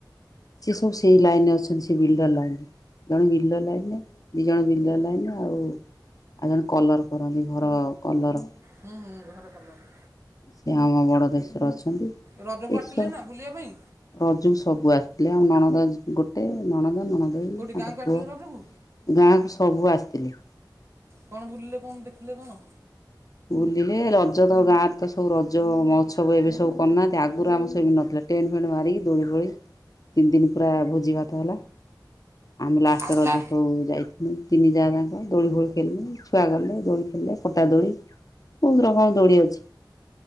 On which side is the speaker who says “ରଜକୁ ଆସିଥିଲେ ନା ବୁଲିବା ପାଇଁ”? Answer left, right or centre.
Right